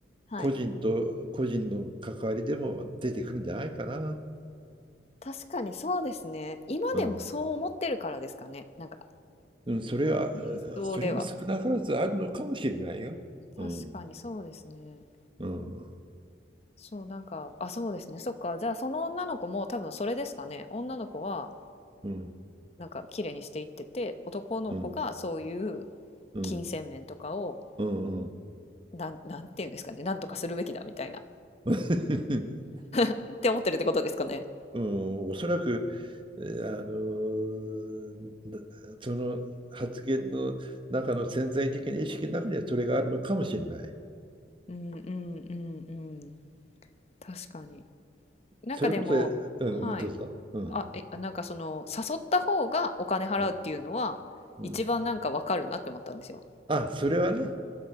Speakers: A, on the left; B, on the right.
A: はい。
B: 個人と個人の関わりでも出てくるんじゃないかな。
A: 確かにそうですね。今でもそう思ってるからですかね。
B: うん
A: なんか
B: うんそれは、
A: インスでは。
B: それが少なからずあるのかもしれないよ。うん、
A: 確かにそうですね。
B: うん、
A: そう、なんか、あ、そうですね。そっか。じゃあ、その女の子も多分それですかね。女の子は、
B: うん、
A: なんか、綺麗にしていってて、男の子がそういう
B: うん、うん、
A: 金銭面とかを、
B: うん、うん。
A: なん、なんていうんですかね。なんとかするべきだみたいな。
B: <laughs>
A: って思ってるってことですかね。
B: うん、おそらく、えーあのーなその発言の中の潜在的な意識の中にはそれがあるのかもしれない。
A: うんうんうんうん。確かに。なんかでも、
B: それこそ、えうん、
A: はい。
B: うんどうぞ。うん、
A: あ、え、あなんかその、誘った方がお金払うっていうのは、
B: うん、うん。
A: 一番なんかわかるなって思ったんですよ。
B: あ、それはね。